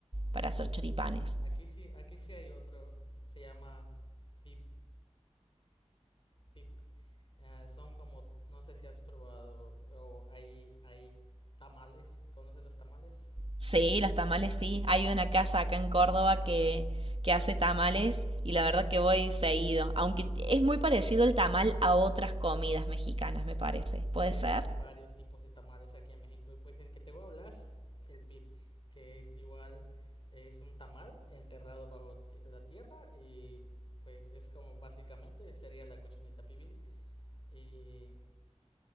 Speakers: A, on the right; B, on the left.
A: para hacer choripanes.
B: Aquí sí, aquí sí hay otro, se llama pip, pip Eh, son como, no sé si has probado, o hay, hay tamales, ¿conoces los tamales?
A: Sí, los tamales sí. Hay una casa acá en Córdoba que, que hace tamales y la verdad que voy seguido. Aunque es muy parecido el tamal a otras comidas mexicanas, me parece.
B: Sí,
A: ¿Puede
B: hay,
A: ser?
B: hay varios tipos de tamales aquí en México y pues el que te voy a hablar es el pip, que es igual, es un tamal enterrado bajo ti- la tierra y pues es como básicamente sería la cochinita pibil y